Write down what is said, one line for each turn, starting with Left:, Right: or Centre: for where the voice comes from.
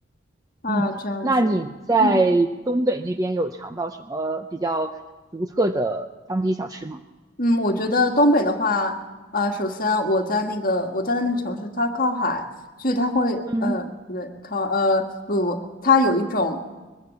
Left: 啊，
Right: 嗯，
Left: 这样子。
Right: 那你在东北那边有尝到什么比较独特的当地小吃吗？
Left: 嗯嗯，我觉得东北的话，啊，首先我在那个我在的那个城市，它靠海，所以它会呃不对，
Right: 嗯
Left: 靠呃不不，它有一种